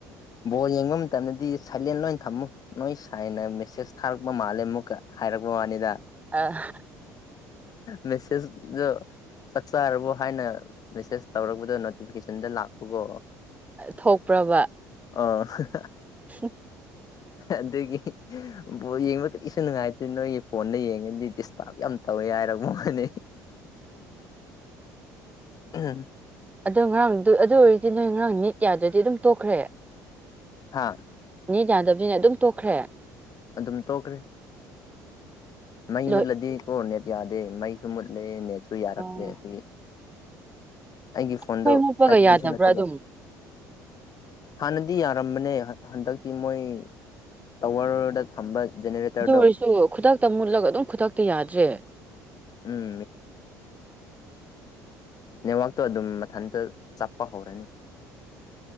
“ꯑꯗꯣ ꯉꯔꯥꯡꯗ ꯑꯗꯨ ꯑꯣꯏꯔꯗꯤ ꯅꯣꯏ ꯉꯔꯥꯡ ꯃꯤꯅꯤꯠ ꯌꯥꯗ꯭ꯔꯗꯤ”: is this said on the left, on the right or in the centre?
Right